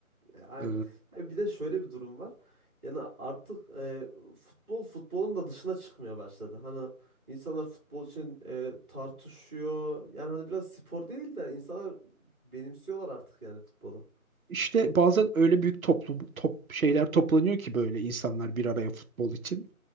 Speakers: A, in the centre; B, on the right (about 70°).
A: E, Aynen.
B: Ee,
A: Ya bir de şöyle bir durum var. Yani artık e, futbol futbolun da dışına çıkmaya başladı. Hani insanlar futbol için e, tartışıyor. Yani hani biraz spor değil de insanlar benimsiyorlar artık yani futbolu.
B: işte bazen öyle büyük toplum top şeyler toplanıyor ki böyle insanlar bir araya futbol için.